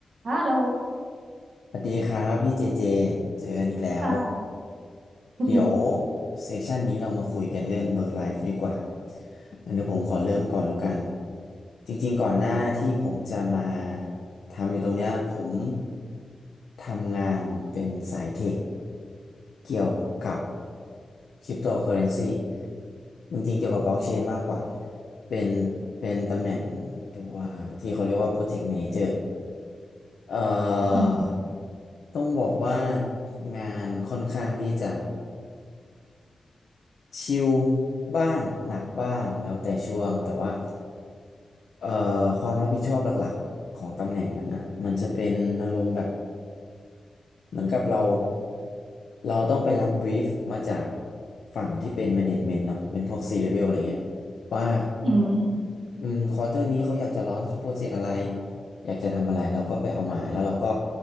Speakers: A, on the right; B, on the left.
A: ฮัลโหล
B: สวัสดีครับพี่เจเจ เจอกันอีกแล้ว
A: ค่ะอืม
B: เดี๋ยวเซสชันนี้เรามาคุยกันเรื่อง work life ดีกว่าอันเดี๋ยวผมขอเริ่มก่อนแล้วกันจริงๆก่อนหน้าที่ผมจะมาทำอยู่ตรงเนี้ยผมทำงานเป็นสายเทคเกี่ยวกับคริปโตเคอเรนซีจริงๆเกี่ยวกับบล็อกเชนมากกว่าเป็นเป็นตำแหน่งตัวที่เขาเรียกว่า Project Manager เอ่
A: อืม
B: อต้องบอกว่างานค่อนข้างที่จะชิลบ้าง หนักบ้างแล้วแต่ช่วงแต่ว่า เอ่อความรับผิดชอบหลักๆของตำแหน่งนั้นน่ะ มันจะเป็นอารมณ์แบบ เหมือนกับเรา เราต้องไปรับบรีฟมาจากฝั่งที่เป็นแมเนจเมนต์เนาะเป็นพวกซีเลเวลอะไรเงี้ยว่า
A: อืม
B: อืมควอเตอร์นี้เขาอยากจะลอนโปรเจกต์อะไรอยากจะทำอะไรเราก็ไปเอามาแล้วเราก็